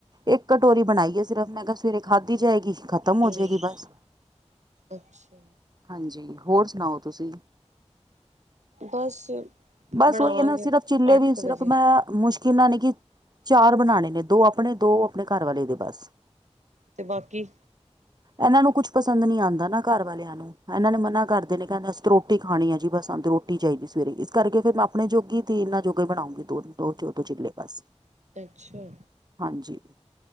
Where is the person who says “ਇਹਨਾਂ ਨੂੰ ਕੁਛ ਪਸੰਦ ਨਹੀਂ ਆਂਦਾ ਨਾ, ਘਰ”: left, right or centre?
Right